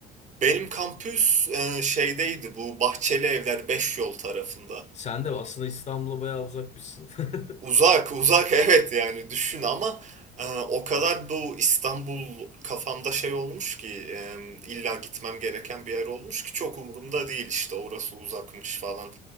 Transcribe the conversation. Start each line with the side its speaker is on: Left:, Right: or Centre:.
Right: Benim kampüs e, şeydeydi bu Bahçeli Evler 5 Yol tarafında.
Left: Sen de aslında İstanbul'a bayağı uzakmışsın. <laughs>
Right: Uzak, uzak <laughs> evet yani düşün ama e, o kadar bu İstanbul kafamda şey olmuş ki e, illa gitmem gereken bir yer olmuş ki çok umurumda değil işte orası uzakmış falan.